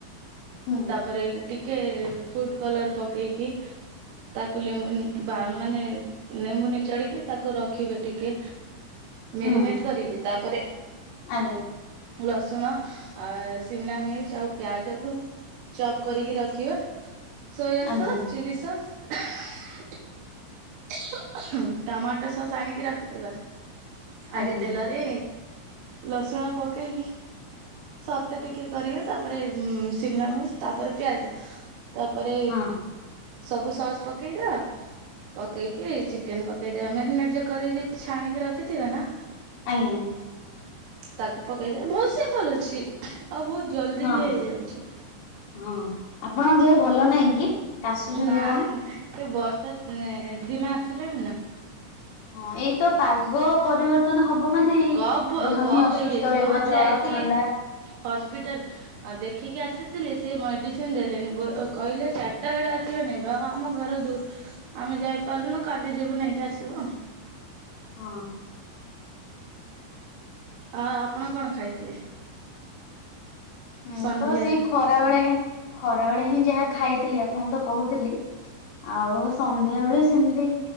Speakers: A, on the left (about 65°); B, on the right (about 80°).
A: ହୁଁ
B: ତାପରେ ଟିକେ ଫୁଡ କଲର ପକେଇକି ତାକୁ ଲେମ୍ବୁ ବା ମାନେ ଲେମ୍ବୁ ନିଚଡିକି ତାକୁ ରଖିବେ ଟିକେ ମେରିନେଟ
A: ହୁଁ
B: କରିିକି ତାପରେ
A: ଆଜ୍ଞା
B: ଲସୁଣ ସିମଲା ମିରିଚ ଆଉ ପିଆଜ କ ଚପ୍ କରିକି ରଖି କିିବା ସୋୟା
A: ଆଜ୍ଞା
B: ସସ୍ ଚିଲିସସ୍ <unintelligible> ଟମାଟୋ ସସ୍ ଆଣିକି ରଖିଥିବା। ଆଗେ
A: ଆଜ୍ଞା
B: ତେଲରେ ଲସୁଣ ପକେଇକି ସତେ ଟିକେ କରିବା ତାପରେ ସିମନା ମିରିଚ ତାପରେ ପିଆଜ ତାପରେ
A: ହଁ
B: ସବୁ ସସ୍ ପକେଇଦବା ପକେଇକି ଚିକେନ ପକେଇଦବା ମ୍ୟାରିନେଟ ଯ କରିକି ଛାଣିକି ରଖିଥିବେ ନା
A: ଆଜ୍ଞା
B: ତାକୁ ପକେଇଦବା ବହୁତ ସିମ୍ପଲ ଅଛି ଆଉ ବହୁତ ଜଲଦି
A: ହଁ
B: ବି
A: ହଁ।
B: ହେଇଯାଉଛି।
A: ହଁ ଆପଣଙ୍କ ଦେହ ଭଲ ନାହିଁ କି କାସୁଛନ୍ତି
B: ନା
A: ଆପଣ?
B: ସେ ବର୍ଷା ସି-ଇ-ଇ-ଇ ଦିନ ଆସିଲାଣି ନା।
A: ହଁ ଏଇତ ପାଗ ପରିବର୍ତ୍ତନ ହବ ମାନେ ଏଇ
B: କପ୍
A: ଦେହ
B: କପ୍
A: ହିଁ ଅସୁସ୍ଥ
B: ହେଇଯାଇଛି
A: ରହିବ
B: ମୁଁ ଆଜି
A: ଜର
B: ଯାଇଥିଲି
A: ଥଣ୍ଡା
B: ହସ୍ପିଟାଲ ଦେଖିକି ଆସିଥିଲି ସେ ମେଡି ସିନ ଦେଲେନି ବୋ କହିଲେ ଚାରିଟା ବେଳେ ଆସିବେ ନେବ ଆ-ଆ ଆମ ଘର ଦୂର ଆମେ ଯାଇପାରୁନୁ କା କାଲି ଯିବୁ ନେଇକି ଆସିବୁ।
A: ହଁ।
B: ଆ ଆପଣ କଣ ଖାଇଥିଲେ?
A: ମୁଁ
B: ସନ୍ଧ୍ୟାରେ
A: ତ ସେଇ ଖରାବେଳେ ଖରାବେଳେ ହିଁ ଯାହା ଖାଇଥିଲି ଆପଣଙ୍କୁ ତ କହୁଥିଲି। ଆଉ ସନ୍ଧ୍ୟାବେଳେ ସେମିତି